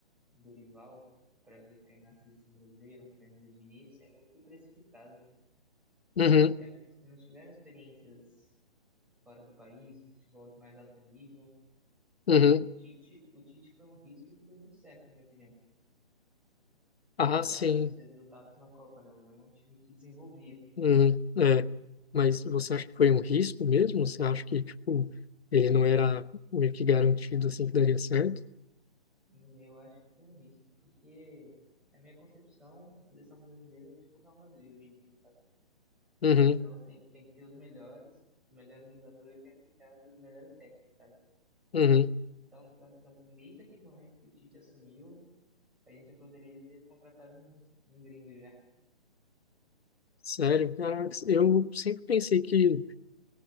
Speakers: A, in the centre; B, on the left.
A: Dorival para vir treinar a seleção brasileira, o Fernando Diniz, é muito precipitado.
B: uhum,
A: Porque são técnicos que não tiveram experiências fora do país, no futebol de mais alto nível.
B: uhum.
A: O Tite, o Tite foi um risco que deu muito certo, na minha opinião.
B: Ah,
A: Apesar
B: sim,
A: dos resultados na Copa, né? É um time que desenvolvia.
B: uhum, é. Mas você acha que foi um risco mesmo? Você acha que, tipo, ele não era meio que garantido, assim, que daria certo?
A: Hum, Eu acho que foi um risco, porque a minha concepção, a seleção brasileira é tipo o Real Madrid hoje em dia, sabe?
B: Uhum,
A: Então tem, que- tem que ter os melhores, os melhores jogadores, tem que ser cara dos melhores técnicos, sabe?
B: uhum.
A: Então, pra, pra, mim, desde aquele momento que o Tite assumiu, a gente já poderia ter contratado um, um gringo já.
B: Sério, caraca, eu sempre pensei que